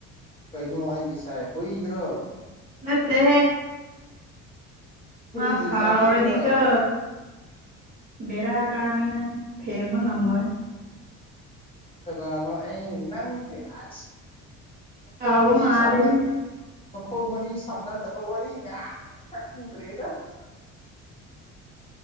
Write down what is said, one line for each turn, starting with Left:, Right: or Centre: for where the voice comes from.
Left: ꯀꯩꯅꯣ ꯑꯩꯒꯤ ꯏꯁꯥꯏ ꯍꯨꯏꯗ꯭ꯔꯣ
Right: ꯅꯠꯇꯦ
Left: ꯍꯨꯏ
Right: ꯃꯥ
Left: ꯂꯩꯁꯥꯕꯤꯗꯨꯔꯣ
Right: ꯁꯥꯥꯎꯔꯦꯗꯤ ꯀ ꯕꯔꯑꯒ ꯑꯅꯤꯅꯪ ꯐꯦꯡꯕ ꯉꯝꯃꯣ
Left: ꯀꯅꯥꯅꯣ ꯑ ꯅꯪ ꯑ ꯃꯈꯣꯡ
Right: ꯀꯥꯎꯕ
Left: ꯃꯔꯤꯁꯥꯝꯅ
Right: ꯃꯥꯜꯂꯦꯅꯦ
Left: ꯃꯈꯣꯡ ꯃꯔꯤꯁꯥꯝꯅꯗ ꯀꯔꯤꯗ